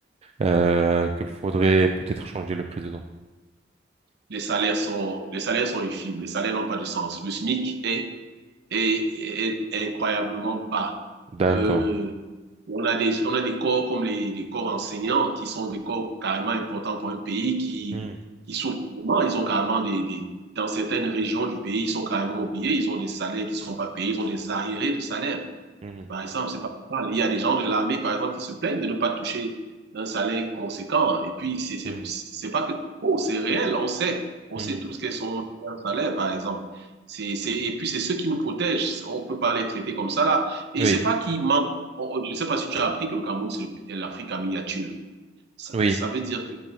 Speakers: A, on the right; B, on the right.
A: euh, qu'il faudrait peut-être changer le président.
B: Les salaires sont, les salaires sont infimes. Les salaires n'ont pas de sens. Le SMIC est, est, est- est incroyablement bas.
A: D'accord.
B: Euh, On a des, on a des corps comme les, les corps enseignants qui sont des corps carrément importants pour un pays qui,
A: Mhm,
B: qui souffrent. Ils ont carrément des, des- dans certaines régions du pays, ils sont carrément oubliés. Ils ont des salaires qui ne sont pas payés. Ils ont des arriérés de salaire.
A: mhm,
B: Par exemple, c'est pas normal. Il y a des gens de l'armée, par exemple, qui se plaignent de ne pas toucher un salaire conséquent. Et puis, c'est c'est-
A: mhm,
B: c'est pas que oh, c'est réel, on sait. On
A: mhm.
B: sait tous quels sont leurs salaires, par exemple. C'est, c'est, et puis, c'est ceux qui nous protègent. On peut pas les traiter comme ça, là. Et
A: Oui,
B: c'est pas qu'ils manquent. On- Je sais pas si tu as appris que le Cameroun, c'est l'Afrique en miniature. Ça,
A: oui.
B: ça veut dire que